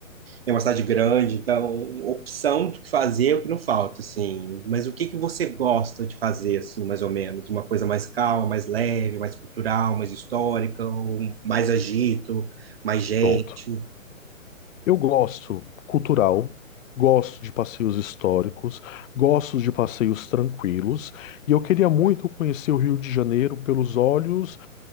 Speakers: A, on the right (about 45°); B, on the left (about 70°).
A: é uma cidade grande, então opção do que fazer é o que não falta, assim. Mas o que que você gosta de fazer, assim, mais ou menos? Uma coisa mais calma, mais leve, mais cultural, mais histórica, ou mais agito, mais gente?
B: Pronto. Eu gosto cultural, gosto de passeios históricos, gosto de passeios tranquilos, e eu queria muito conhecer o Rio de Janeiro pelos olhos